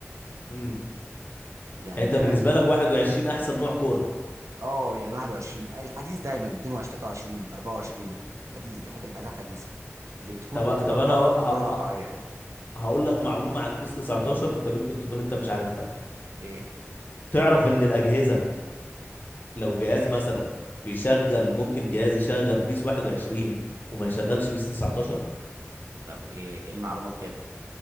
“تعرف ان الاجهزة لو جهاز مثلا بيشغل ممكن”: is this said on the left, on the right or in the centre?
Left